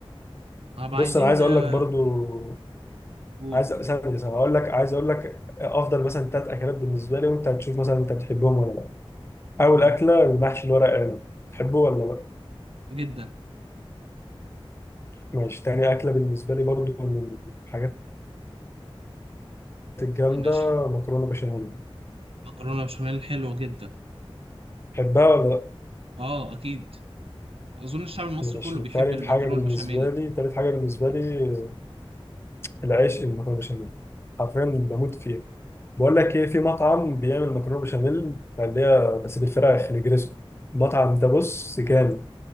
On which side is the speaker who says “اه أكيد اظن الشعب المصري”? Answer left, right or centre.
Right